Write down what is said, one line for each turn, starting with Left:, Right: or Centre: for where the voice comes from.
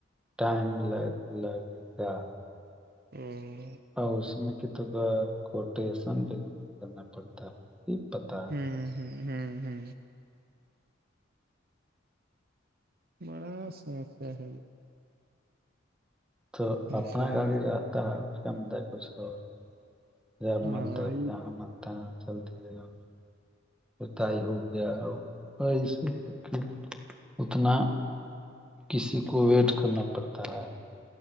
Centre: ٹائم لگ لگے گا
Right: ہوں
Centre: اور اس میں کتوں کا کوٹیشن بھیم کرنا پڑتا ہے کہ پتا
Right: ہاں ہاں ہاں ہاں بڑا سمسیا ہے
Centre: تو
Right: یہ
Centre: اپنا
Right: سب
Centre: گالی رکھتا ہے اس کم کچھ اور جب
Right: ہاں
Centre: منتےب
Right: ہوں
Centre: جہاں بنتا ہے چل دیے گا بتائی ہو گیا ایسے ہے کہ اتنا کسی کو ویٹ کرنا پڑتا ہے